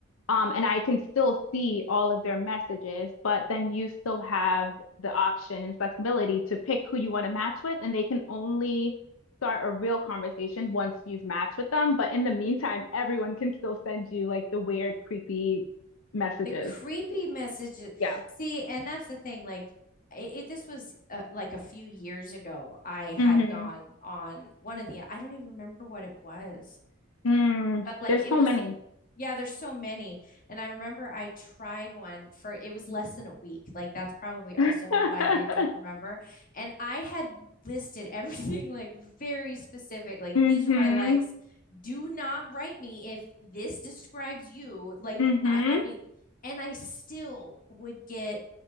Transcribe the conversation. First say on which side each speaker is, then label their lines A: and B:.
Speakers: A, on the left (about 85°); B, on the left (about 45°).
A: Um, and I can still see all of their messages, but then you still have the option and flexibility to pick who you want to match with, and they can only start a real conversation once you've matched with them. But in the meantime, everyone can still send you like the weird, creepy messages.
B: the creepy messages
A: Yeah.
B: see and that's the thing like it, it- this was uh, like a few years ago i had
A: hmm
B: gone on one of the i don't even remember what it was
A: Mm,
B: but like
A: there's
B: it
A: so
B: was
A: many.
B: Yeah, there's so many. And I remember I tried one for it was less than a week. Like that's probably
A: <laughs>
B: also why I don't remember. And I had listed everything <laughs> like very specific. Like
A: Mm-hmm.
B: these are my likes. Do not write me if this describes you. Like
A: Mm-hmm.
B: I I mean, and I still would get